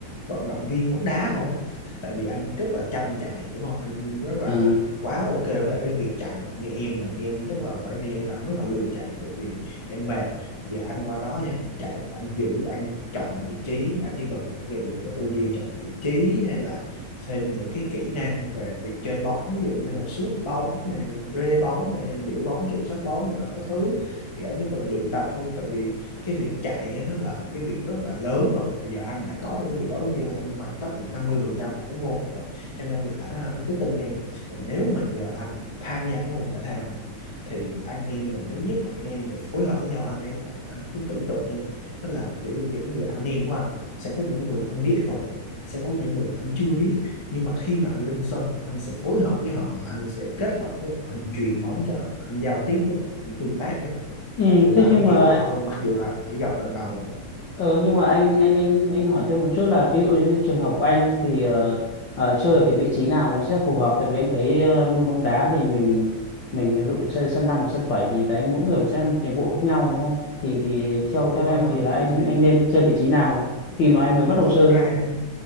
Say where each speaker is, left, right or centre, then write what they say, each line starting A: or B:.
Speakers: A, on the left (about 15°); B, on the left (about 50°).
A: vận động viên bóng đá không á tại vì anh rất là chăm chạy đúng không anh rất là
B: Ừ.
A: quá ok với lại cái việc chạy Còn như em là em rất là khoảng thời gian nào cũng rất là lười chạy tại vì em mệt giờ anh qua đó thì anh chạy anh giữ anh chọn vị trí anh chỉ cần rèn luyện cái tư duy chọn vị trí hay là thêm những cái kỹ năng về việc chơi bóng ví dụ như là sút bóng này rê bóng này giữ bóng kiểm soát bóng này nọ các thứ thì anh chỉ cần luyện tập thôi tại vì cái việc chạy nó là một cái việc rất là lớn rồi bây giờ anh đã có được cái việc đó cũng như là anh hoàn tất được 50 phần trăm của cái môn rồi cho nên là à, anh cứ tin em là nếu mà giờ anh tham gia cái môn thể thao này thì anh em mình thứ nhất là anh em mình được phối hợp với nhau anh ấy anh, anh cứ tưởng tượng như nó là kiểu những người anh em của anh sẽ có những người anh biết rồi sẽ có những người anh chưa biết nhưng mà khi mà anh lên sân anh sẽ phối hợp với họ anh sẽ kết hợp với họ anh truyền bóng cho họ anh giao tiếp với họ anh tương tác với họ
B: Ừ.
A: và từ
B: Thế
A: đó anh
B: nhưng
A: hiểu
B: mà
A: họ hơn mặc dù là anh chỉ gặp lần đầu thôi.
B: Ờ, nhưng mà anh anh anh anh hỏi thêm một chút là ví dụ như trường hợp của anh thì ờ, ờ, chơi ở cái vị trí nào nó sẽ phù hợp tại vì anh thấy ờ, môn bóng đá thì mình mình ví dụ chơi sân 5 hoặc sân 7 thì đấy mỗi người sẽ một nhiệm vụ khác nhau đúng không? Thì thì theo
A: Đúng
B: theo
A: rồi
B: em
A: không
B: thì là anh
A: thì, thì
B: anh nên chơi vị trí nào khi mà anh mới bắt đầu
A: thật
B: chơi
A: ra